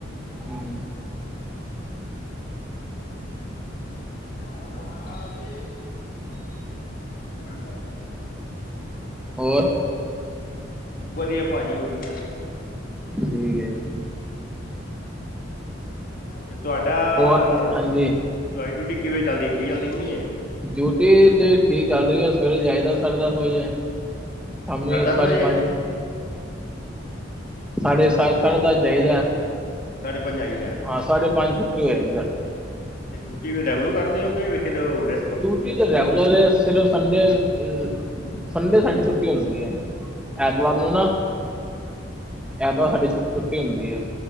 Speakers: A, in the centre; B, on the left (about 50°).
A: ਹੂੰ।
B: <unintelligible> <inaudible>
A: ਹੋਰ
B: ਵਧੀਆ ਪਾਜੀ ਵਧੀਆ।
A: ਠੀਕ ਹੈ ਜੀ
B: ਤੇ ਤੁਹਾਡਾ
A: ਹੋਰ ਹਾਂਜੀ
B: ਤੁਹਾਡੀ ਡਿਊਟੀ ਕਿਵੇਂ ਚਲਦੀ, ਠੀਕ ਚਲਦੀ ਪਈ ਏ?
A: ਡਿਊਟੀ ਤੇ ਠੀਕ ਚੱਲ ਰਹੀ ਏ। ਸਵੇਰੇ ਜਾਈਦਾ ਸਾਢੇ ਦਸ ਵਜੇ। ਸ਼ਾਮੀ
B: ਸਾਢੇ ਦਸ
A: ਸਾਢੇ਼
B: ਵਜੇ
A: ਪੰਜ ਸਾਡੇ਼
B: ਅੱਛਾ
A: ਸੱਤ,
B: ਜੀ
A: ਸਾਡੇ਼ ਦਸ ਜਾਈਦਾ।
B: ਸਾਢੇ ਪੰਜ ਆਈਦਾ
A: ਹਾਂ, ਸਾਢੇ ਪੰਜ ਛੁੱਟੀ ਹੋ ਜਾਂਦੀ ਸਾਡੀ।
B: ਤੇ ਡਿਊਟੀ ਫੇਰ ਰੈਗੂਲਰ ਕਰਦੇ ਓ ਕੇ ਵਿਚ ਰੋਕਦੇ
A: ਡਿਊਟੀ ਤਾਂ ਰੈਗੂਲਰ ਐ, ਸਿਰਫ ਸੰਡੇ ਅ ਸੰਡੇ ਸਾਡੀ ਛੁੱਟੀ ਹੁੰਦੀ ਏ, ਐਤਵਾਰ ਨੂੰ ਨਾ
B: ਅੱਛਾ-ਅੱਛਾ।
A: ਐਤਵਾਰ ਸਾਡੀ ਛੁ ਛੁੱਟੀ ਹੁੰਦੀ ਏ,